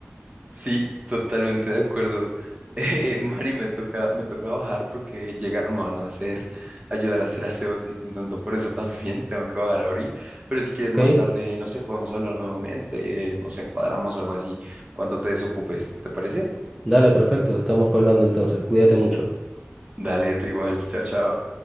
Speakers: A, on the right (about 30°); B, in the centre.
A: Sí, totalmente de acuerdo. <laughs> Eh, Mari, me toca, me toca bajar porque llegaron, me van a hacer, ayudar a hacer aseo, estoy contento por eso <laughs> también, tengo que bajar a abrir, pero si quieres
B: ¿Ok?
A: más tarde, no sé, podemos hablar nuevamente, eh, no sé, cuadramos o algo así, cuando te desocupes, ¿te parece?
B: Dale, perfecto. Estamos hablando entonces. Cuídate mucho.
A: Dale, tú igual, chao, chao.